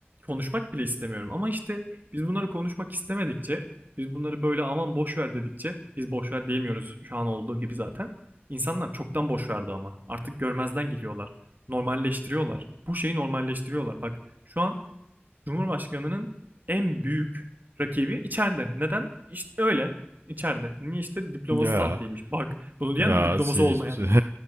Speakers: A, on the right; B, on the right.
A: konuşmak bile istemiyorum. Ama işte biz bunları konuşmak istemedikçe biz bunları böyle aman boş ver dedikçe biz boş ver diyemiyoruz şu an olduğu gibi zaten. İnsanlar çoktan boş verdi ama. Artık görmezden geliyorlar. Normalleştiriyorlar. Bu şeyi normalleştiriyorlar. Bak şu an Cumhurbaşkanı'nın en büyük rakibi içeride. Neden? İşte öyle. İçeride. Niye işte diploması
B: Ya
A: sahteymiş. Bak bunu diyen
B: Ya,
A: de diploması
B: si-
A: olmayan.
B: <laughs>